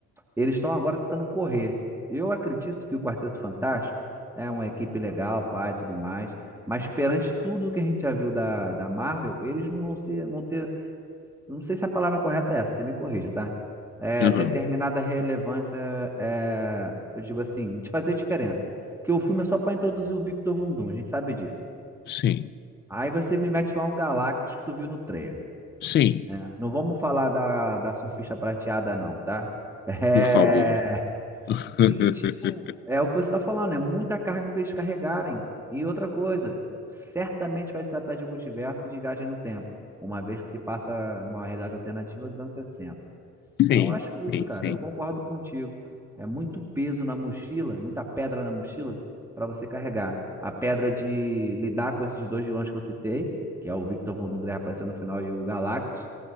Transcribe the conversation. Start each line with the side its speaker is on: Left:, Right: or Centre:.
Centre: eles estão agora tentando correr. Eu acredito que o Quarteto Fantástico é uma equipe legal, pai, tudo mais. Mas perante tudo que a gente já viu da, da Marvel, eles não vão ser, não ter não sei se a palavra correta é essa, você me corrija, tá? É,
Left: Aham.
Centre: determinada relevância, é, eu digo assim, de fazer diferença. Porque o filme é só para introduzir o Victor Von Doom, a gente sabe disso.
Left: Sim,
Centre: Aí você me mete lá um Galactus que tu viu no trailer.
Left: sim,
Centre: né? Não vamos falar da, da surfista prateada, não, tá? É,
Left: por favor. <laughs>
Centre: e, tipo, é o que você tá falando, é muita carga para eles carregarem. E outra coisa, certamente vai se tratar de multiverso e de viagem no tempo, uma vez que se passa numa realidade alternativa dos anos 60.
Left: Sim,
Centre: Então, eu acho isso,
Left: sim,
Centre: cara.
Left: sim,
Centre: Eu concordo contigo. É muito peso na mochila, muita pedra na mochila para você carregar. A pedra de lidar com esses dois vilões que eu citei, que é o Victor Von Doom que aparecendo no final e o Galactus,